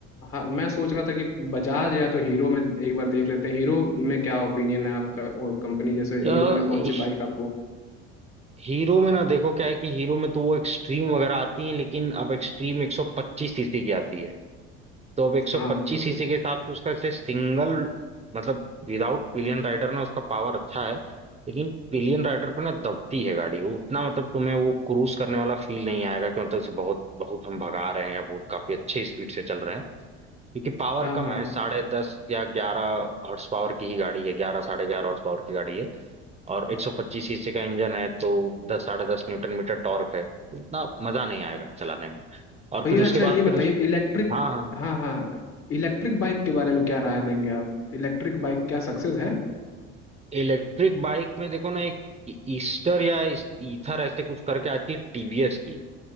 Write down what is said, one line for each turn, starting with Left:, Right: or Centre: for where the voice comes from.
Left: हाँ मैं सोच रहा था कि बजाज या तो हीरो में एक बार देख लेते हैं हीरो में क्या ओपिनियन है आपका और कंपनी जैसे हीरो
Right: अ,
Left: में कौन सी
Right: इश-
Left: बाइक आपको
Right: हीरो में ना देखो क्या है कि हीरो में तो वो एक्सट्रीम वगैरह आती है लेकिन अब एक्सट्रीम 125 सीसी की आती है तो अब 125
Left: हाँ
Right: सीसी के हिसाब से उसका ऐसे सिंगल मतलब विदाउट पिलियन राइडर ना उसका पावर अच्छा है लेकिन पिलियन राइडर पे ना दबती है गाड़ी वो उतना मतलब तुम्हें वो क्रूज करने वाला फील नहीं आएगा कि मतलब उसे बहुत बहुत हम भगा रहे हैं या बहुत काफी अच्छे स्पीड से चल रहे हैं क्योंकि पावर
Left: हाँ
Right: कम
Left: हाँ
Right: है साढ़े दस या ग्यारह हॉर्स पावर की ही गाड़ी है ग्यारह साढ़े ग्यारह हॉर्स पावर की गाड़ी है और एक सौ पच्चीस सीसी का इंजन है तो दस साढ़े दस न्यूटन मीटर टॉर्क है इतना मजा नहीं आएगा चलाने में और
Left: भैया
Right: फिर उसके
Left: अच्छा
Right: बाद
Left: ये बताइए
Right: फिर उस
Left: इलेक्ट्रिक
Right: हाँ हाँ
Left: हाँ हाँ इलेक्ट्रिक बाइक के बारे में क्या राय देंगे आप इलेक्ट्रिक बाइक क्या सक्सेस है
Right: इलेक्ट्रिक बाइक में देखो ना एक ईस्टर या इस- ईथर ऐसे कुछ करके आती है टीवीएस की